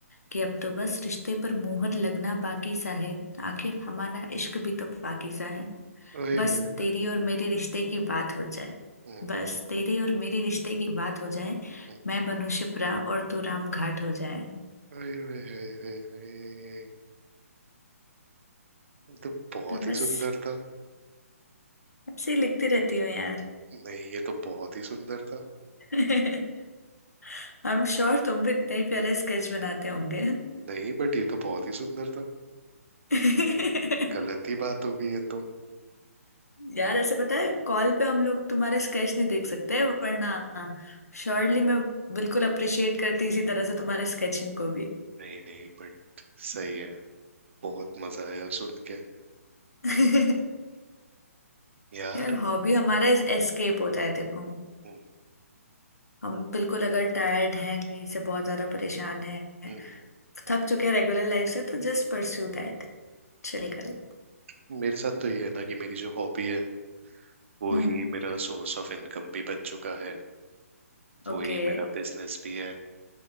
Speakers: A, on the left; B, on the right.
A: कि अब तो बस रिश्ते पर मोहर लगना बाकी सा है आखिर हमारा इश्क भी तो बाकी सा है
B: ओए
A: बस
B: ओए
A: तेरी
B: ओए
A: और मेरे रिश्ते की बात हो जाए
B: हम्म
A: बस तेरे और मेरी रिश्ते की बात हो जाए
B: हम्म।
A: मैं बनूं शिप्रा और तू राम घाट हो जाए
B: ओए ओए ओए ओए ओए। ये तो बहुत
A: तो
B: ही
A: बस
B: सुंदर था
A: ऐसे ही लिखती रहती हूँ यार
B: नहीं ये तो बहुत ही सुंदर था
A: <laughs> आई एम श्योर तुम भी इतने ही प्यारे स्केच बनाते होंगे
B: नहीं बट ये तो बहुत ही सुंदर था
A: <laughs>
B: तो गलत ही बात हो गई ये तो
A: यार ऐसे पता है कॉल पे हम लोग तुम्हारे स्केच नहीं देख सकते वरना श्योरली मैं बिल्कुल अप्रिशिएट करती इसी तरह से तुम्हारे स्केचिंग को भी
B: नहीं नहीं बट सही है बहुत मजा आया सुन के
A: <laughs>
B: यार
A: यार हॉबी हमारा एस्केप होता है देखो
B: हम्म,
A: हम बिल्कुल अगर टायर्ड हैं कहीं से बहुत ज्यादा परेशान हैं
B: हम्म,
A: थक चुके हैं रेगुलर लाइफ से तो जस्ट परस्यू दैट चिल
B: हम्म।
A: करो
B: मेरे साथ तो ये है ना कि मेरी जो हॉबी है वो
A: हम्म
B: ही मेरा सोर्स ऑफ इनकम भी बन चुका है वो
A: ओके
B: ही मेरा बिजनेस भी है